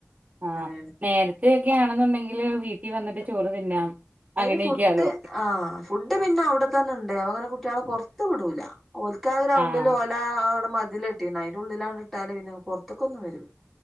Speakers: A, in the centre; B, on the right (about 35°).
A: അങ്ങനെയാണ്
B: ആഹ നേരത്ത ഒക്കെ ആണെന്നുണ്ടെങ്കില് വീട്ടിൽ വന്നിട്ട് ചോറ് തിന്നാം
A: അയിന്
B: അങ്ങനെയൊക്കെയാലോ
A: ഫുഡ് ആ ഫുഡ് പിന്നെ അവിടെത്തന്നെ ഉണ്ട് അ അങ്ങനെ കുട്ടികളെ പൊറത്തു വിടൂല ഓലക്കാ ഗ്രൗണ്ടിൽ
B: ആഹ്
A: ഓലൗടെ മതിലെട്ടീക്ക്‌ണ് അതിന്റെ ഉള്ളിലാങ്ട്ടല് പിന്നെ പുറത്തേക്കൊന്നും വര്ല